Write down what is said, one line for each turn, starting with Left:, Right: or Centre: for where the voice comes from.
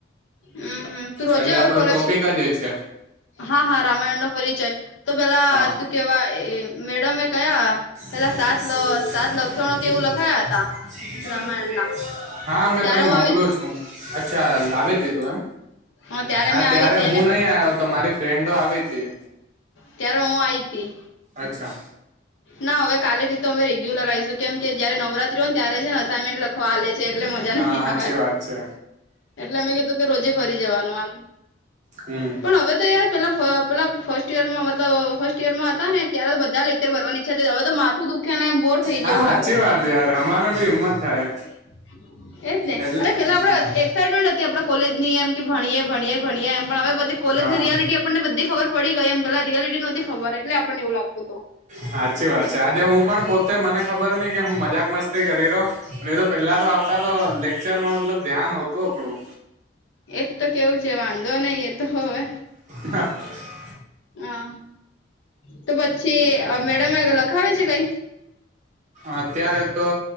Left: હમ તું રોજે
Right: એટલે આપડો
Left: આવે કોલેજ
Right: ટોપિક જ છે.
Left: હા, હા, રામાયણનો પરિચય તો પેલા
Right: હા
Left: શું કેવા? મેડમે એ કયા
Right: <unintelligible>
Left: પેલા સાત સાત લક્ષણો કે એવું લખાયા હતા રામાયણ ના
Right: હા, મેં
Left: ત્યારે
Right: તને
Left: હું
Right: મોકલો
Left: આવી
Right: છું, અચ્છા લાવે તું એમ.
Left: હ
Right: હા,
Left: મેં આવી
Right: ત્યારે
Left: હતી
Right: હું
Left: અને
Right: નહી આવ્યો હતો, મારી ફ્રેન્ડો આવી હતી.
Left: ત્યારે હું આઈ હતી.
Right: અચ્છા
Left: ના, હવે કાલેથી તો અમે રેગ્યુલર આવીશું, કેમ કે જયારે નવરાત્રી મ ત્યારે છે ને, અસાાઈનમેન્ટ લખવા આવેલે છે, એટલે મજા
Right: હા
Left: નહીં
Right: સાચી
Left: આવે.
Right: વાત છે
Left: એટલે અમે કીધું કે, રોજે ફરી જવાનું, આમ
Right: હમ
Left: પણ હવે તો યાર પેલા ફર્સ્ટ ઈયર માં મતલબ ફર્સ્ટ યરમાં હતા ને, ત્યારે તો બધા લેક્ચર ની ઈચ્છા હતી, હવે તો માથું દુખ નેમ, બોર થઈ
Right: હા
Left: ગયવું લાગે.
Right: સાચી વાત યાર, અમારે ભી એમ જ થાય.
Left: <unintelligible> એજ ને,
Right: એટલે
Left: અરે પેલા આપણે
Right: હા
Left: એક્સાઇટમેન્ટ હતી, આપણે કોલેજની એમ કે, ભણીએે ભણીએ ભણીએ, એમ પણ હવે બધી કોલેજ
Right: હા
Left: ની રિયાલિટી આપણને બધી ખબર પડી ગઈ એમ પેલા રિયાલિટી ની નથી ખબર એટલેને, એવું ગત હતું.
Right: સાચી વાત છે, આજે હું પણ પોતે મને ખબર નઈ કે, હું મજાક મસ્તી કરી રહી, અને તો તો આવતા તો, લેક્ચરમાં ધ્યાન હોતું આપણું.
Left: એ જ તો કેવું છે, વાંધો નહી, એ તો હવે
Right: હા.
Left: હા, તો પછી મેડમે લખાવે છે, કઈ
Right: અત્યારે તો